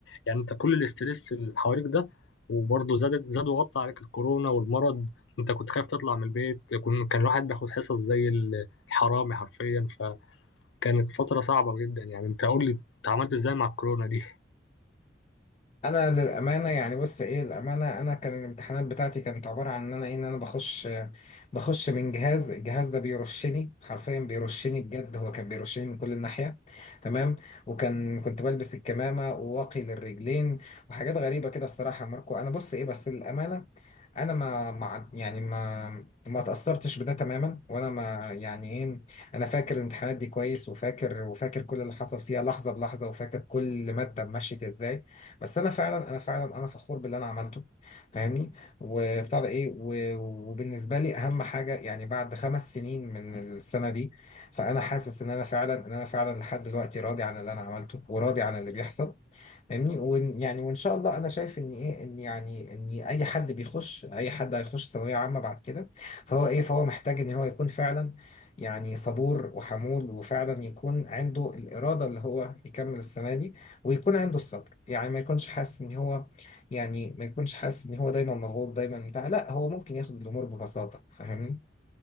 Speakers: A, on the left (about 80°); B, on the left (about 30°).
A: يعني انت كل الاسترس اللي حواليك ده وبرضه زاد زاد وغطى عليك الكورونا والمرض انت كنت خايف تطلع من البيت كن- كان الواحد بياخد حصص زي ال- الحرامي حرفيا فكانت فترة صعبة جدا يعني انت قول لي انت عملت ازاي مع الكورونا دي
B: انا للامانه يعني بص ايه الامانه انا كان الامتحانات بتاعتي كانت عباره عن ان انا ايه ان انا بخش بخش من جهاز الجهاز ده بيرشني حرفيا بيرشني بجد هو كان بيرشني من كل الناحيه تمام وكان كنت بلبس الكمامه وواقي للرجلين وحاجات غريبه كده الصراحه يا ماركو انا بص ايه بس للامانه انا ما ما يعني ما ما تاثرتش بده تماما وانا ما يعني ايه انا فاكر الامتحانات دي كويس وفاكر وفاكر كل اللي حصل فيها لحظه بلحظه وفاكر كل ماده مشيت ازاي بس انا فعلا انا فعلا انا فخور باللي انا عملته فاهمني وبتاع ده ايه و- وبالنسبه لي اهم حاجه يعني بعد خمس سنين من السنه دي فانا حاسس ان انا فعلا ان انا فعلا لحد دلوقتي راضي عن اللي انا عملته وراضي عن اللي بيحصل فاهمني وإن- يعني وان شاء الله انا شايف ان ايه ان يعني ان اي حد بيخش اي حد هيخش ثانويه عامه بعد كده فهو ايه فهو محتاج ان هو يكون فعلا يعني صبور وحمول وفعلا يكون عنده الاراده اللي هو يكمل السنه دي ويكون عنده الصبر يعني ما يكونش حاسس ان هو يعني ما يكونش حاسس ان هو دايما مضغوط دايما بتاع لا هو ممكن ياخد الامور ببساطه فاهمني